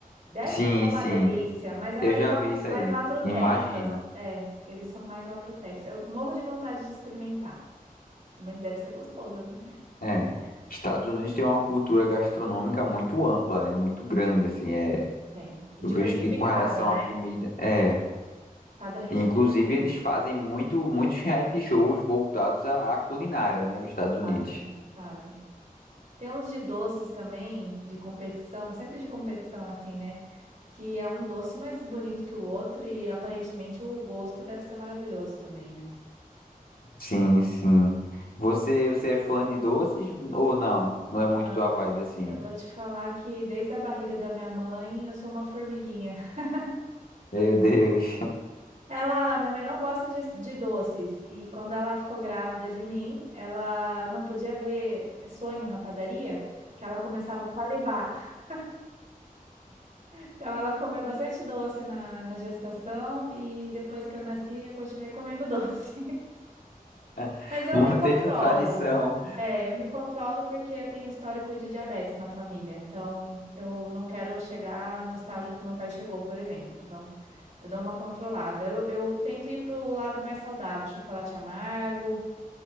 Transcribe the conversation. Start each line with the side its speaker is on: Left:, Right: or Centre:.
Right: Deve
Left: Sim,
Right: ser uma
Left: sim.
Right: delícia, mas é
Left: Eu
Right: mais
Left: já
Right: lá,
Left: vi isso
Right: mais
Left: aí.
Right: lá pro Texas.
Left: Imagino.
Right: É, eles são mais lá pro Texas. Eu morro de vontade de experimentar. Mas deve ser gostoso, né?
Left: É, Estados Unidos tem uma cultura gastronômica muito ampla, é muito grande, assim, é,
Right: Tem. E
Left: eu
Right: diversificada,
Left: vejo que com relação
Right: né?
Left: à comida, é,
Right: Cada região
Left: inclusive
Right: tem um.
Left: eles fazem muito, muitos reality shows voltados à, à culinária, né, os Estados
Right: Fazem,
Left: Unidos.
Right: fazem. Tem uns de doces também, de competição, sempre de competição assim, né? Que é um doce mais bonito que o outro e aparentemente o gosto deve ser maravilhoso também, né?
Left: Sim, sim. Você, você é fã de doces ou não? Não é muito
Right: Ó,
Left: tua vibe, assim?
Right: Eu vou te falar que desde a barriga da minha mãe eu sou uma formiguinha. <laughs>
Left: Meu Deus,
Right: Ela, minha mãe não gosta de, de doces e quando ela ficou grávida de mim, ela não podia ver sonho na padaria, que ela começava a salivar. <laughs> Então ela comeu bastante doce na, na gestação e depois que eu nasci eu continuei comendo <laughs> doce.
Left: <laughs>
Right: Mas eu
Left: manteve
Right: me controlo.
Left: a tradição.
Right: É, eu me controlo porque eu tenho histórico de diabetes na família. Então, eu não quero chegar no estágio que meu pai chegou, por exemplo. Então, eu dou uma controlada. Eu, eu tento ir pro lado mais saudável, chocolate amargo.